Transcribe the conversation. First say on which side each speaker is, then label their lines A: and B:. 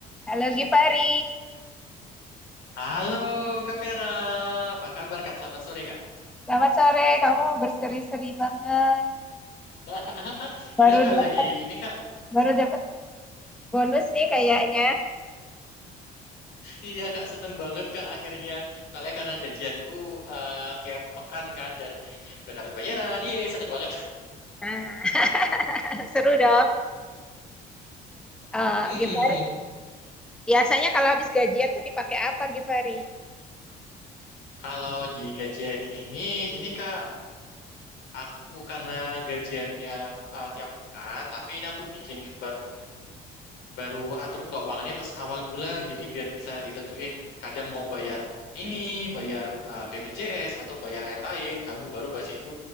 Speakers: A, in the centre; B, on the left.
A: Halo Gifari,
B: Halo Kak Vera, apa kabar Kak? Selamat sore Kak.
A: selamat sore. Kamu berseri-seri banget.
B: <laughs>
A: Baru
B: Iya Kak
A: dapat
B: lagi ini Kak.
A: baru dapat bonus nih kayaknya.
B: Iya Kak seneng banget Kak akhirnya. Soalnya karena gajianku eh, tiap pekan kan dan udah dapat bayaran. Yeay seneng banget.
A: Nah, <laughs> seru
B: <laughs>
A: dong.
B: Aduh.
A: Eh
B: Mm,
A: Gifari,
B: mm, mm.
A: biasanya kalau habis gajian tuh dipakai apa Gifari?
B: Kalau di gajian ini, ini Kak, aku karena gajiannya uh, tiap pekan, tapi ini aku bikin baru baru atur keuangannya pas awal bulan jadi biar bisa ditentuin kadang mau bayar ini bayar eh, BPJS atau bayar yang lain habu baru bas itu